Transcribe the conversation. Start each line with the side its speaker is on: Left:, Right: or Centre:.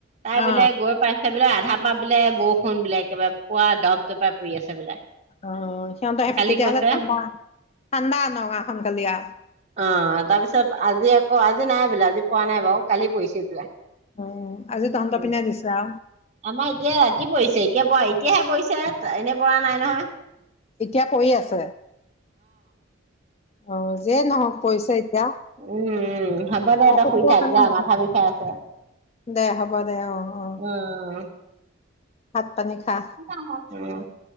Right: তাই
Left: অ
Right: বোলে গৈ পাই চে, বোলে আধা পা বোলে বৰষুণ বোলে, একেবাৰে পুৰা দপ-দপাই পৰি আছে বোলে।
Left: অ', সিহঁতৰ
Right: কালি
Left: তেতিয়াহ'লে
Right: কৈছে
Left: ঠাণ্ডা, ঠাণ্ডা নগাওঁ খন কালি আৰু।
Right: অ', তাৰপিছত আজি আকৌ আজি নাই বোলে। আজি পোৱা নাই বাও, কালি পৰিছে বোলে।
Left: উম, আজি তহঁতৰ
Right: উম
Left: পিনে দিছা?
Right: আমাৰ এতিয়া ৰাতি পৰিছে। এতিয়া পৰা এতিয়াহে পৰিছে, এনেই পৰা নাই নহয়।
Left: এতিয়া পৰি আছে। অহ যে নহওক পইছে এতিয়া।
Right: উম উম, হ'ব দে
Left: বৰষুণটোৰ
Right: তই শুই থাক
Left: কাৰণে
Right: যা। মাথা বিষাই আছে।
Left: দে হ'ব দে, অ অ,
Right: উম
Left: ভাত পানী খা।
Right: <unintelligible>